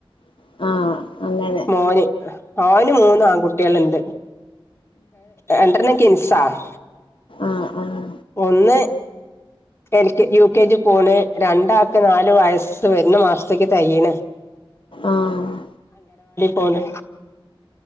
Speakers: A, on the left; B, on the left.
A: ആഹ് അങ്ങനെ
B: മോന് ഓന് മൂന്ന ആൺകുട്ടികളുണ്ട് രണ്ടെണ്ണം ടിൻസാണ്
A: ആ ആഹ്
B: ഒന്ന് L K U K G പോണ് രണ്ടാാക്ക നാാലു വയസ്സ് വരുന്ന മാസത്തേക്ക് തയ്യീണ്
A: ആഹ്
B: പോലെ